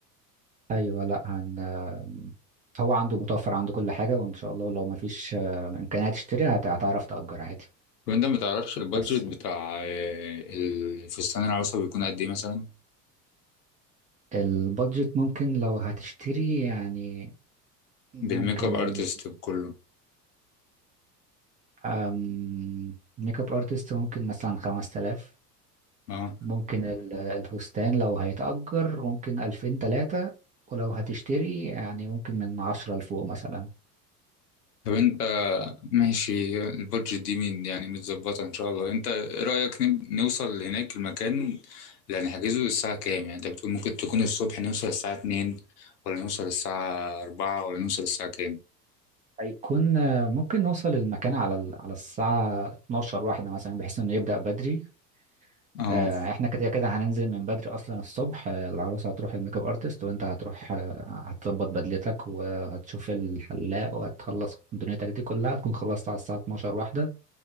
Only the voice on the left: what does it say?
وانت ما تعرفش البادجت
بتاع آه، الفستان العروسه بيكون قد ايه مثلا
بالميك اب ارتست بكله
اه
طب انت ماشي البادجت دي مين يعني متظبطة ان شاء الله انت ايه رأيك نب- نوصل هناك المكان اللي هنحجزه الساعة كام يعني انت بتقول ممكن تكون الصبح نوصل الساعة اتنين ولا نوصل الساعة أربعة ولا نوصل الساعة كام
اه